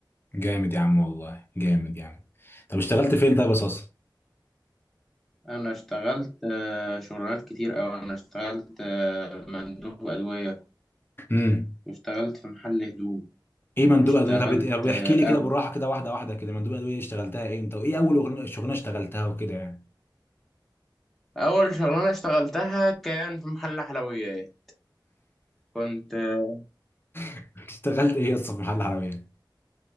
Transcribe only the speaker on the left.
جامد يا عم والله جامد يا عم طب اشتغلت فين طيب أساسا؟
امم
إيه مندوب
أدوية طب إيه- طب
احكي لي كده
بالراحة كده واحدة واحدة كده مندوب أدوية اشتغلتها إيه أنت وإيه أول أغنية- شغلانة اشتغلتها وكده يعني؟
<laughs> اشتغلت إيه يا اسطى في محل العربية؟